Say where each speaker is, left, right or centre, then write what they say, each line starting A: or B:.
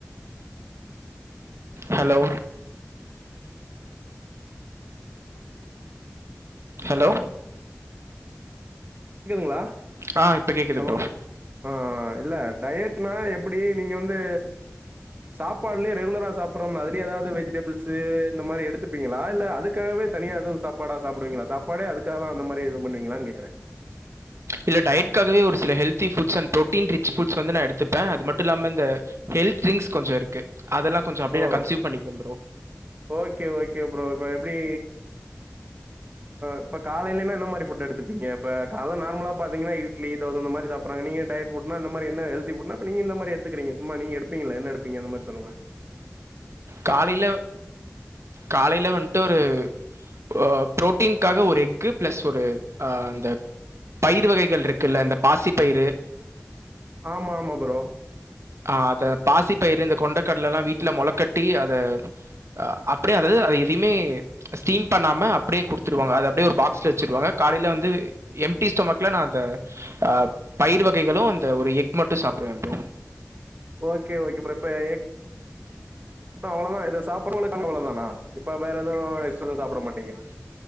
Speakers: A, on the right (about 65°); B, on the right (about 35°).
A: ஹலோ ஹலோ
B: க்குதுங்களா
A: ஆ இப்போ கேட்குது
B: ஹலோ
A: ப்ரோ
B: ஆஹ் இல்ல டயட்னா எப்டி நீங்க வந்து சாப்பாட்லயே ரெகுலரா சாப்பட்றோம்ல அதுலயே ஏதாவது வெஜிடெபிள்ஸ் இந்த மாரி எடுத்து ப்பீங்களா இல்ல அதுக்காகவே தனியா எது சாப்பாடா சாப்டுவீங்களா சாப்பாடே அதுக்காக தா அந்த மாரி எது பண்ணுவீங்களான்னு கேக்குறே
A: இல்ல டயட்காகவே ஒரு சில healthy foods and protein rich foods வந்து நா எடுத்துப்பே அது மட்டும் இல்லாம இந்த ஹெல்த் டிரிங்க்ஸ் கொஞ்ச இருக்கு அதெல்லா கொஞ்சம் அப்டியோ
B: ஓ
A: நா கன்ஸியூம் பண்ணிப்பே ப்ரோ
B: ஓகே ஓகே ப்ரோ இப்ப எப்டி இப்ப காலைலேனா என்ன மாரி புட் எடுத்துப்பீங்க இப்ப கால்ல நார்மலா பாத்தீங்கன்னா இட்லி தோச அந் மாரி சாப்பிடறாங் நீங்க டயட் புட்னா இந்த மாரி என்ன ஹெல்த்தி புட்னா இப்ப நீங்க எந்த மாரி எடுதுக்கறீங்க சும்மா நீங்க எடுப்பீங்கள்ல என்ன எடுப்பீங்க அந்த மாரி சொல்லுங்களே
A: காலையில காலையில வன்ட்டு ஒரு ஹோ புரோட்டீன்காக ஒரு எக்கு பிளஸ் ஒரு அஹ அந்த பயிரு வகைகள் இருக்குல்ல இந்த பாசி பயிறு
B: ஆமா ஆமா ப்ரோ
A: ஆஹ் அத பாசி பயிரு இந்த கொண்டைக்கடல எல்லா வீட்டுல மொளக்கட்டி அத அஹ அப்டியே அதது அது எதுயுமே ஸ்டீம் பண்ணாம அப்டியே குடுத்துருவாங்க அத அப்டியே ஒரு பாக்ஸ்ல வச்சிருவாங்க காலையில வந்து எம்டி ஸ்டொமக்ல நா அநத அஹ் பயிர் வகைகளும் அந்த ஒரு எக் மட்டும் சாப்பிடுவே ப்ரோ
B: ஓகே ஓகே ப்ரோ இப்ப எக் ப்ப அவ்ளோதா இத சாப்புட்றளவுக் அவ்ளவுதானா இப்ப வேற எதுவு எக்ஸ்ட்ரா சாப்புட மாட்டீங்க